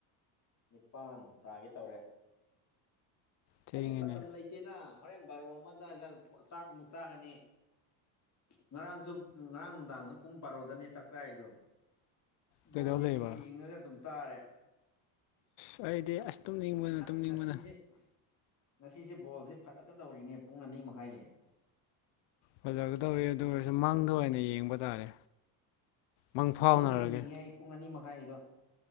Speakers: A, on the left; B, on the left.
A: ꯅꯤꯄꯜ ꯇꯥꯒꯤ ꯇꯔꯦꯠ
B: ꯊꯦꯡꯉꯦꯅꯦ
A: ꯑꯩꯗꯤ ꯃꯇꯝ ꯂꯩꯇꯦꯗ ꯍꯣꯔꯦꯟ ꯕꯥꯔꯣ ꯑꯃꯗꯋꯥꯗ ꯆꯥꯛ ꯑꯃꯨꯛ ꯆꯥꯒꯅꯤ ꯉꯔꯥꯡꯁꯨ ꯉꯔꯥꯡ ꯅꯨꯡꯗꯥꯡꯁꯨ ꯄꯨꯡ ꯕꯥꯔꯣꯗꯅꯦ ꯆꯥꯛꯆꯥꯔꯤꯗꯣ
B: ꯀꯩꯗꯧ
A: ꯕꯣꯜ
B: ꯂꯩꯕ
A: ꯌꯦꯡꯒ ꯌꯦꯡꯉꯒ ꯑꯗꯨꯝ ꯆꯥꯔꯦ
B: ꯍꯗꯤꯦ ꯑꯁ ꯇꯨꯝꯅꯤꯡꯕꯅ
A: ꯑꯁ
B: ꯇꯨꯝꯅꯤꯡꯕꯅ
A: ꯉꯁꯤꯁꯦ ꯉꯁꯤꯁꯦ ꯕꯣꯜꯁꯦ ꯐꯖꯀꯗꯧꯔꯤꯅꯦ ꯄꯨꯡ ꯑꯅꯤ ꯃꯈꯥꯏꯒꯤ
B: ꯐꯖꯒꯗꯧꯔꯤ ꯑꯗꯨ ꯑꯣꯏꯔꯁꯨ ꯃꯪꯗ ꯑꯣꯏꯅ ꯌꯦꯡꯕ ꯇꯥꯔꯦ ꯃꯪ ꯐꯥꯎꯅꯔꯒꯦ
A: ꯌꯦꯡꯗꯤ ꯌꯦꯡꯅꯤꯡꯉꯦ ꯑꯩ ꯄꯨꯡ ꯑꯅꯤ ꯃꯈꯥꯏꯗꯣ